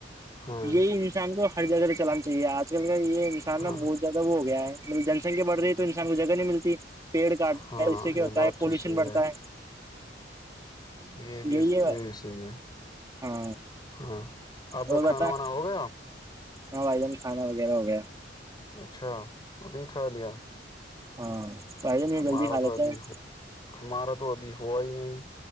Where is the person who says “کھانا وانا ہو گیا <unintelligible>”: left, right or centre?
Left